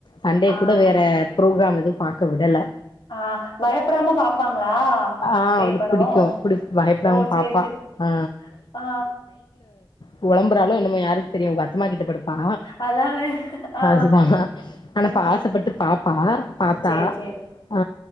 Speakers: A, on the left; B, on the left.
A: சண்டே
B: ஆ
A: கூட வேற புரோகிராம் எது பாக்க விடல
B: ஆ பயப்படாம பாப்பாங்களா
A: ஆ
B: பேய்
A: அவளுக்கு
B: படோ
A: புடிக்கு புடி பயப்படாம
B: ஓ சேரி
A: பாப்பா
B: சேரி
A: ஆ
B: ஆ
A: புழம்பறாளோ என்னமோ யாருக்கு தெரியு அவங் அத்தம்மாகிட்ட படுப்பா
B: அதனால ஆ
A: அதுதா ஆனப்பா
B: ம்
A: ஆசைப்பட்டு பாப்பா பாத்தா
B: சேரி சேரி
A: ஆ